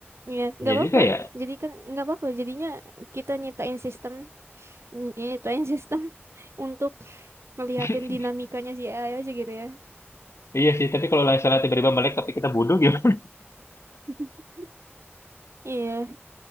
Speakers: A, on the right (about 70°); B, on the left (about 75°).
A: Iya, nggak
B: Ya
A: apa-apa.
B: juga ya.
A: Jadi kan nggak apa-apa. Jadinya kita nyiptain sistem, ny- nyiptain sistem <laughs> untuk ngeliatin
B: <laughs>
A: dinamikanya si AI aja gitu ya.
B: Iya sih, tapi kalau misalnya tiba-tiba melek tapi kita bodoh gimana?
A: <laughs> Iya,